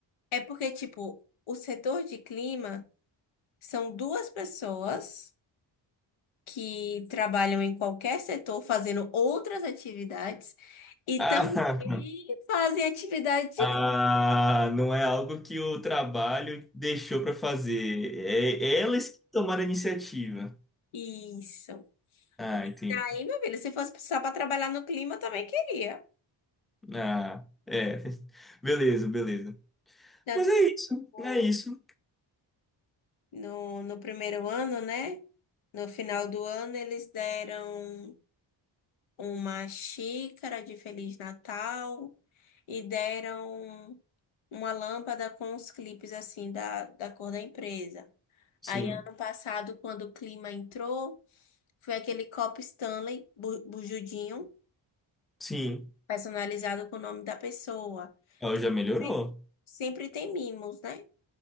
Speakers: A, on the left; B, in the centre.
A: É porque, tipo, o setor de clima são duas pessoas que trabalham em qualquer setor fazendo outras atividades. E
B: Ah,
A: também fazem atividade
B: <laughs>
A: de
B: ah,
A: graça.
B: não é algo que o trabalho deixou para fazer. É é elas que tomaram a iniciativa.
A: Isso.
B: Ah, entendi.
A: Daí, meu filho, se fosse precisar para trabalhar no clima, eu também queria.
B: Ah, é. <laughs> Beleza, beleza.
A: Tanto
B: Mas é
A: que
B: isso,
A: o-
B: é isso.
A: no, no primeiro ano, né? No final do ano, eles deram uma xícara de Feliz Natal e deram uma lâmpada com os clipes, assim, da, da cor da empresa.
B: Sim,
A: Aí, ano passado, quando o clima entrou, foi aquele copo Stanley bu- bujudinho.
B: sim.
A: personalizado com o nome da pessoa.
B: Ela já melhorou.
A: Sempre, sempre tem mimos, né?